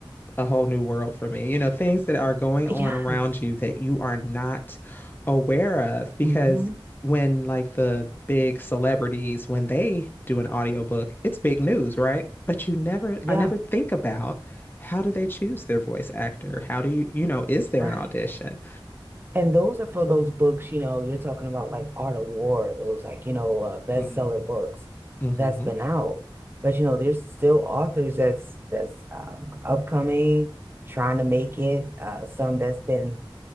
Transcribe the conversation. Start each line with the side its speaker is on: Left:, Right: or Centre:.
Left: a whole new world for me. You know, things that are going on
Right: Yes.
Left: around you that you are not aware of because
Right: hmm
Left: when like the big celebrities when they do an audiobook, it's big news, right? But you never
Right: Yeah.
Left: I never think about how do they choose their voice actor? How do you, you know, is there
Right: Right.
Left: an audition?
Right: And those are for those books, you know, you're talking about like Art of War, those like, you know, uh, bestseller
Left: Mm,
Right: books
Left: mhm,
Right: that's been out. But you know, there's still authors that's that's um, upcoming, trying to make it. Uh, some that's been